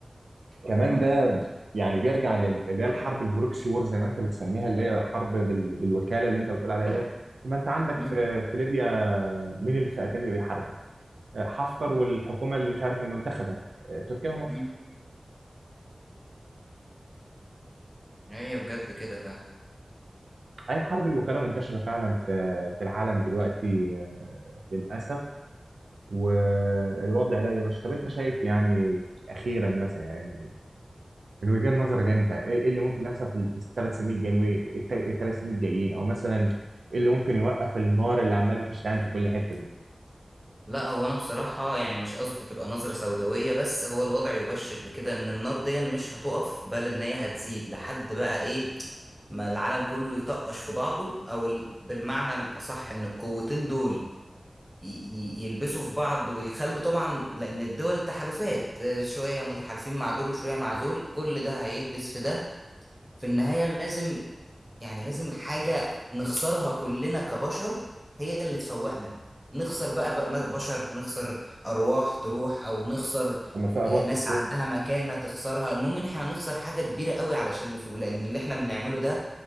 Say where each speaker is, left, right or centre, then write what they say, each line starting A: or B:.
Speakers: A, on the right (about 85°); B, in the centre.
A: كمان ده يعني بيرجع لل- اللي هي الحرب البروكسي وور زي ما انت بتسميها اللي هي حرب بال... بالوكاله اللي انت بتقول عليها ديت ما انت عندك
B: مم.
A: في في ليبيا مين الفئتين اللي بيحاربوا؟ آه، حفتر والحكومه اللي مش عارف المنتخبه آه، تركيا ومصر.
B: مم. هي بجد كده فعلا
A: أي حرب الوكالة منتشرة فعلا في في العالم دلوقتي آه، للأسف والوضع لا يبشر طب أنت شايف يعني أخيرا مثلا يعني من وجهة نظرك أنت إيه إيه اللي ممكن يحصل في في الثلاث سنين الجايين الت- الثلاث سنين الجايين أو مثلا إيه اللي ممكن يوقف النار اللي عمالة تشتعل في كل حتة دي
B: لا هو انا بصراحة يعني مش قصدي تبقى نظرة سوداوية بس هو الوضع يبشر بكده ان النار دي مش هتقف بل ان هي هتزيد لحد بقى ايه ما العالم كله يطقش في بعضه او ال- بالمعنى الاصح ان القوتين دول ي- ي- يلبسوا في بعض ويخلوا طبعا لان الدول تحالفات آه، شوية متحالفين مع دول وشوية مع دول كل ده هيلبس في ده في النهاية لازم يعني لازم حاجة نخسرها كلنا كبشر هي اللي تفوقنا نخسر بقى ب- م- بشر نخسر أرواح تروح أو نخسر
A: لما في أرواح
B: آه، ناس
A: بتروح
B: عندها مكانة تخسرها المهم إن إحنا هنخسر حاجة كبيرة قوي علشان نفوق لأن اللي إحنا بنعمله ده